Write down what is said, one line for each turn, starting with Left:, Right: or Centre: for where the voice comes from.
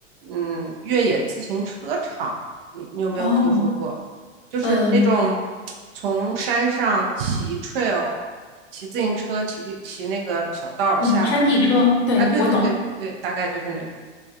Right: 嗯，越野自行车场。你你有没有听说过？
Left: 哦，
Right: 就是那种
Left: 呃
Right: 从山上骑 trail、骑自行车、骑骑那个小道儿下嗯来。
Left: 嗯，山地车，对，
Right: 啊，对，
Left: 我懂，
Right: 对对对大概就是那种。